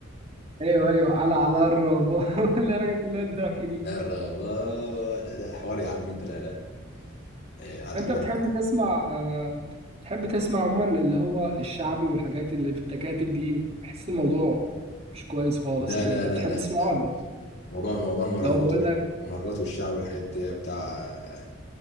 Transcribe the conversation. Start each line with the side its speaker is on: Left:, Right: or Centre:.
Right: ايوه ايوه على على الربو <laughs> اللي رجعت اللي هي الضحك دي
Left: <laughs> الربابه لا لا حوار يا عم انت لا لا إيه، على الحجر
Right: انت بتحب تسمع آه، بتحب تسمع عموما اللي هو الشعبي والحاجات اللي في التكاتك دي بحس الموضوع مش كويس خالص
Left: لا
Right: يعني
Left: لا
Right: انت
Left: لا
Right: بتحب
Left: لا
Right: تسمعه
Left: لا
Right: ولا ايه
Left: موضوع موضوع المهرجانات
Right: لو بقول
Left: والمهرجانات
Right: لك
Left: والشعب والحاجات دي بتاع